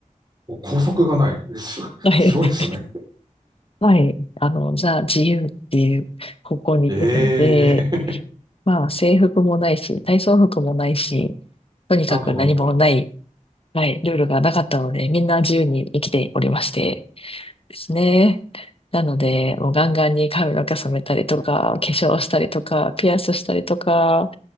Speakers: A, on the right (about 30°); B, on the left (about 45°).
A: お校則がない。えす、
B: はい。
A: すごいですね。
B: <laughs> はい。あの、ザ・自由っていう高校に行ってたので、
A: ええ
B: まあ制服もないし、体操服もないし、
A: <laughs>
B: とにかく何もない
A: なんとなんと。
B: はい、ルールがなかったので、みんな自由に生きておりまして、ですね。なので、もうガンガンに髪の毛染めたりとか、化粧したりとか、ピアスしたりとか、